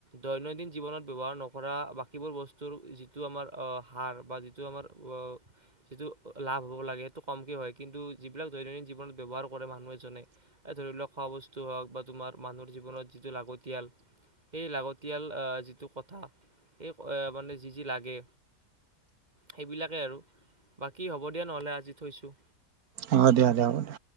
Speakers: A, on the right; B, on the right.
A: দৈনন্দিন জীৱনত ব্যয়ৱহাৰ নকৰা বাকীবোৰ বস্তুৰ যিটো আমাৰ সাৰ বা যিটো যিটো আমাৰ অঁ, যিটো লাভ হ'ব লাগে সেইটো কমকৈ হয়। কিন্তু যিবিলাক দৈনন্দিন জীৱনত ব্যৱহাৰ কৰে মানুহ এজনে, এ ধৰি লওক খোৱা বস্তু হওক, বা তোমাৰ মানুহৰ জীৱনত যিটো লাগতিয়াল। সেই লাগতিয়াল যিটো কথা, সেই মানে যি যি লাগে, সেইবিলাকে আৰু। বাকী হ'ব দিয়া নহ'লে, আজি থৈছোঁ।
B: অ দে দে হ'ব দে।